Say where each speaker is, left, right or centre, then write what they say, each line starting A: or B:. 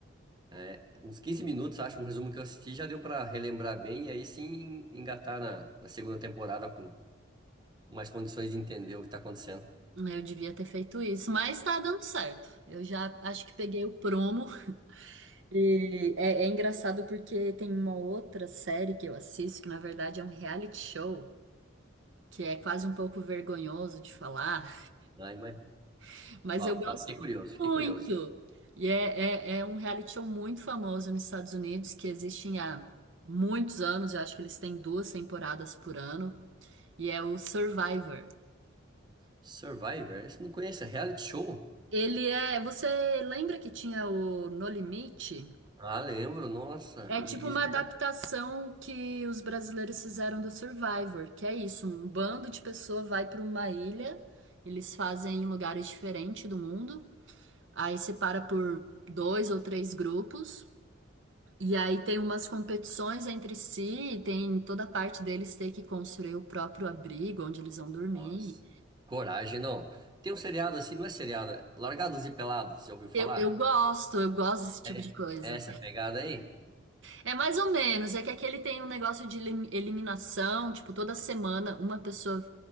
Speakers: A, on the right; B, on the right.
A: É, uns 15 minutos, acho, um resumo que eu assisti já deu pra relembrar bem e aí sim engatar na, na segunda temporada com mais condições de entender o que tá acontecendo.
B: Eu devia ter feito isso, mas tá dando certo. Eu já acho que peguei o prumo. E é, é engraçado porque tem uma outra série que eu assisto, que na verdade é um reality show, que é quase um pouco vergonhoso de falar,
A: Ai, mas,
B: <laughs> mas
A: uau,
B: eu gosto
A: uau, fiquei curioso, fiquei
B: muito.
A: curioso.
B: E é, é, é um reality show muito famoso nos Estados Unidos, que existe há muitos anos, eu acho que eles têm duas temporadas por ano, e é o Survivor.
A: Survivor? Esse eu não conheço, é reality show?
B: Ele é. Você lembra que tinha o No Limite?
A: Ah, lembro, nossa,
B: É
A: e
B: tipo uma
A: isso que
B: adaptação
A: é
B: que os brasileiros fizeram do Survivor, que é isso, um bando de pessoas vai para uma ilha, eles fazem em lugares diferentes do mundo, aí separa por dois ou três grupos, e aí tem umas competições entre si, e tem toda a parte deles ter que construir o próprio abrigo onde eles vão dormir.
A: nossa. Coragem, não. Tem um seriado assim, não é seriado, é Largados e Pelados, já ouviu falar?
B: Eu, eu gosto, eu gosto desse tipo
A: É,
B: de coisa.
A: é essa pegada aí?
B: É mais ou menos, é que aqui ele tem um negócio de elim- eliminação, tipo, toda semana uma pessoa